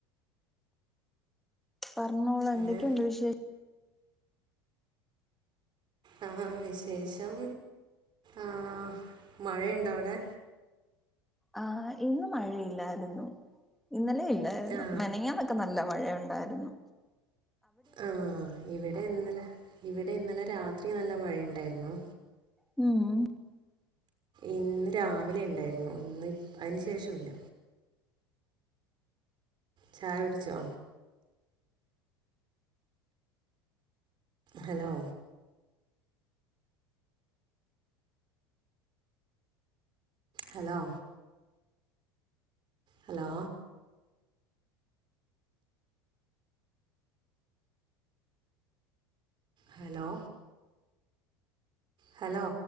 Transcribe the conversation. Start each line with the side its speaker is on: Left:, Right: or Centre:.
Centre: പറഞ്ഞോളൂ എന്തൊക്കെയുണ്ട്
Right: ഏ
Centre: വിശേ
Right: ആഹ് വിശേഷം ആഹ്‌ മഴയുണ്ടോ അവിടെ?
Centre: ആഹ്‌ ഇന്ന് മഴയില്ലാരുന്നു. ഇന്നലെയ് <unintelligible>
Right: ആ
Centre: മെനഞ്ഞാനൊക്കെ നല്ല മഴയുണ്ടാരുന്നു.
Right: ആഹ്‌ ഇവിടെ ഇന്നലെ ഇവിടെ ഇന്നലെ രാത്രി നല്ല മഴയ്ണ്ടായിരുന്നു.
Centre: ഉ ഊ
Right: ഇന്ന് രാവിലെ ണ്ടായിരുന്നു ഇന്ന് അയ്ന് ശേഷൊല്ല. ചായൊട്ച്ചോ? Hello hello hello hello hello